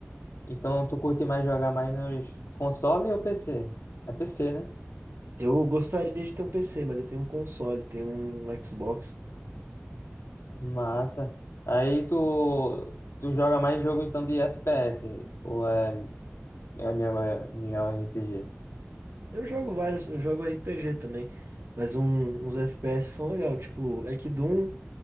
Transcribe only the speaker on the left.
Então tu curte mais jogar mais nos console ou PC? É PC, né?
Massa. Aí tu. Tu joga mais jogo então de FPS? Ou é, é minha, minha RPG?